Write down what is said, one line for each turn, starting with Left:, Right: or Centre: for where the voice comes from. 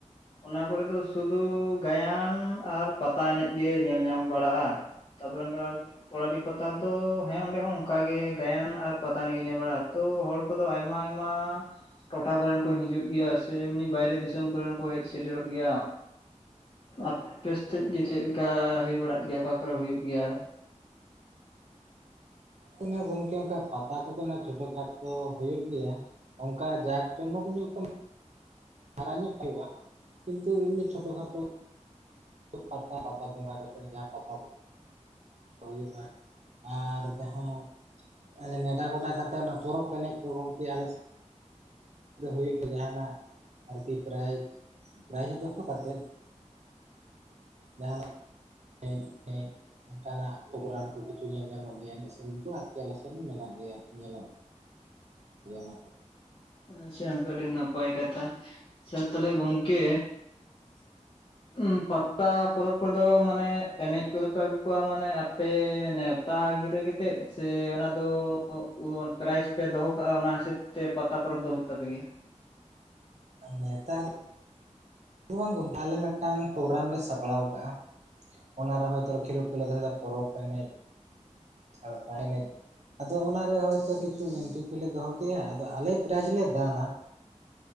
Left: ᱚᱱᱟ ᱠᱚᱨᱮ ᱫᱚ ᱥᱩᱫᱩ ᱜᱟᱭᱟᱱ ᱟᱨ ᱯᱟᱛᱟ ᱮᱱᱮᱡ ᱜᱮ ᱧᱮᱞ ᱧᱟᱢ ᱵᱟᱲᱟᱜᱼᱟ ᱾ ᱛᱟᱯᱚᱨᱮ ᱚᱝᱠᱟ ᱯᱚᱲᱟᱰᱤ ᱯᱟᱛᱟ ᱫᱚ, ᱦᱮᱸ ᱚᱸᱰᱮ ᱦᱚᱸ ᱚᱝᱠᱟᱜᱮ ᱜᱟᱭᱟᱱ ᱟᱨ ᱯᱟᱛᱟ ᱮᱱᱮᱡ ᱜᱮ ᱧᱮᱞ ᱵᱟᱲᱟᱜᱼᱟ ᱾ ᱚᱛᱳ ᱦᱚᱲ ᱠᱚᱫᱚ ᱟᱭᱢᱟ ᱟᱭᱢᱟ ᱴᱚᱴᱷᱟ ᱠᱚᱨᱮᱱ ᱠᱚ ᱦᱤᱡᱩᱜ ᱜᱮᱭᱟ ᱥᱮ ᱮᱢᱱᱤ ᱵᱟᱭᱨᱮ ᱫᱤᱥᱚᱢ ᱠᱚᱨᱮᱱ ᱦᱚᱠᱚ ᱦᱮᱡ ᱥᱮᱴᱮᱨᱚᱜ ᱜᱮᱭᱟ ᱾ ᱟᱯᱮ ᱥᱮᱜ ᱜᱮ ᱪᱮᱜ ᱞᱮᱠᱟ ᱦᱩᱭ ᱵᱟᱲᱟᱜ ᱜᱮᱭᱟ ᱚᱠᱟ ᱠᱚᱨᱮ ᱦᱩᱭᱩᱜ ᱜᱮᱭᱟ ᱟᱨ?
Right: ᱤᱱᱟᱹ ᱜᱚᱝᱠᱮ ᱚᱝᱠᱟ ᱯᱟᱛᱟ ᱠᱚᱫᱚ ᱱᱟᱜ ᱪᱷᱳᱴᱳ ᱠᱷᱟᱴᱚ ᱦᱩᱭᱩᱜ ᱜᱮᱭᱟ ᱾ ᱚᱝᱠᱟ ᱡᱟᱠ ᱡᱚᱢᱚᱠ ᱧᱚᱜ ᱛᱚ ᱦᱟᱨᱟ ᱧᱚᱜ ᱦᱩᱭᱩᱜ-ᱟ, ᱠᱤᱱᱛᱩ ᱮᱢᱱᱤ ᱪᱷᱳᱴᱚ ᱠᱷᱟᱴᱳ ᱯᱟᱛᱟ ᱯᱟᱛᱟ ᱵᱚᱸᱜᱟ ᱠᱟᱛᱮᱫ ᱡᱟᱦᱟᱸ ᱯᱟᱛᱟ ᱦᱩᱭᱩᱜᱼᱟ ᱟᱨ ᱡᱟᱦᱟᱸ ᱱᱮᱸᱰᱟ ᱜᱚᱰᱟ ᱠᱟᱛᱮ ᱚᱱᱟ ᱯᱚᱨᱚᱵᱽ ᱮᱱᱮᱡ ᱠᱚ ᱜᱚᱝᱠᱮ ᱟᱞᱮ ᱫᱚ ᱦᱩᱭᱩᱜ ᱜᱮ ᱡᱟᱦᱟᱱᱟᱜ ᱟᱨᱠᱤ ᱯᱨᱟᱭᱤᱡᱽ ᱯᱨᱟᱭᱤᱡᱽ ᱫᱚᱦᱚ ᱠᱟᱛᱮᱫ ᱾ ᱡᱟᱦᱱᱟᱜ <unintelligible> ᱚᱝᱠᱟᱱᱟᱜ ᱯᱨᱳᱜᱨᱟᱢ ᱠᱚ ᱠᱤᱪᱷᱩ ᱧᱮᱞ ᱧᱟᱢᱚᱜ ᱜᱮᱭᱟ ᱮᱱᱮᱜ ᱥᱮᱨᱮᱧ ᱠᱚ ᱟᱨᱠᱤ ᱟᱞᱮ ᱥᱮᱱ ᱢᱮᱱᱟᱜ ᱜᱮᱭᱟ ᱧᱮᱞᱚᱜ ᱜᱮᱭᱟ ᱱᱟᱜ ᱾
Left: ᱟᱪᱪᱷᱟ ᱜᱚᱝᱠᱮ ᱟᱹᱰᱤ ᱱᱟᱯᱟᱭ ᱠᱟᱛᱷᱟ, ᱟᱪᱪᱷᱟ ᱛᱟᱦᱚᱞᱮ ᱜᱚᱝᱠᱮ
Right: <unintelligible>
Left: ᱩᱸ ᱯᱟᱛᱟ ᱯᱚᱨᱚᱵᱽ ᱠᱚᱨᱮ ᱫᱚ ᱢᱟᱱᱮ ᱮᱱᱮᱡ ᱠᱚᱫᱚ ᱯᱮ ᱟᱹᱜᱩ ᱠᱚᱣᱟ ᱢᱟᱱᱮ ᱟᱯᱮ ᱱᱮᱣ ᱛᱟ ᱜᱤᱨᱟᱹ ᱠᱮᱛᱮᱫ, ᱥᱮ ᱚᱱᱟ ᱫᱚ ᱩ ᱯᱨᱟᱭᱤᱡ ᱯᱮ ᱫᱚᱦᱚ ᱠᱟᱜᱼᱟ ᱚᱱᱟ ᱦᱤᱥᱟᱹᱵᱽ ᱛᱮ ᱯᱟᱛᱟ ᱯᱚᱨᱚᱵᱽ ᱫᱚ ᱦᱩᱭᱩᱜ ᱛᱟᱯᱮ ᱜᱮᱭᱟ?
Right: ᱟᱨ ᱱᱮᱣᱛᱟ <unintelligible> ᱵᱟᱝ ᱜᱚᱝᱠᱮ ᱟᱞᱮ ᱢᱮᱫᱴᱟᱝ ᱯᱨᱳᱜᱨᱟᱢ ᱞᱮ ᱥᱟᱯᱲᱟᱣ ᱠᱟᱜᱼᱟ ᱾ ᱚᱱᱟ ᱨᱮ ᱦᱚᱭ ᱛᱚ ᱠᱷᱮᱞᱳᱰ ᱠᱚᱞᱮ ᱫᱚᱦᱚᱭ ᱫᱟ ᱯᱚᱨᱚᱵ ᱮᱱᱮᱡ, ᱥᱟᱲᱯᱟ ᱮᱱᱮᱡ ᱟᱫᱚ ᱚᱱᱟᱨᱮ ᱦᱚᱭᱛᱳ ᱠᱤᱪᱷᱩ ᱮᱱᱴᱨᱤᱯᱷᱤ ᱞᱮ ᱫᱚᱦᱚ ᱠᱮᱜ-ᱟ ᱟᱫᱚ ᱟᱞᱮ ᱯᱨᱟᱭᱤᱡᱽ ᱞᱮ ᱫᱟᱱᱟ ᱾